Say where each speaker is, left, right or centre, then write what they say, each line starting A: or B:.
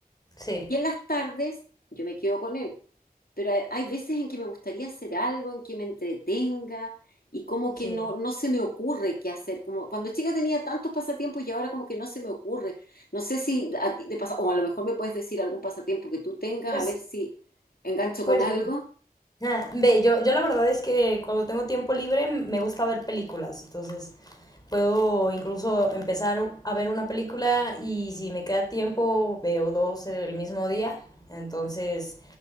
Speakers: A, on the left; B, on the left.
A: sí,
B: Y en las tardes yo me quedo con él. Pero hay, hay veces en que me gustaría hacer algo, en que me entretenga y como que
A: sí.
B: no, no se me ocurre qué hacer. Como cuando chica tenía tantos pasatiempos y ahora como que no se me ocurre. No sé si a ti te pasa, o a lo mejor me puedes decir algún pasatiempo que tú tengas,
A: Pues,
B: a ver si engancho
A: pues,
B: con algo.
A: ah, ve, yo, yo la verdad es que cuando tengo tiempo libre m- me gusta ver películas, entonces puedo incluso empezar a ver una película y si me queda tiempo veo dos el mismo día, entonces,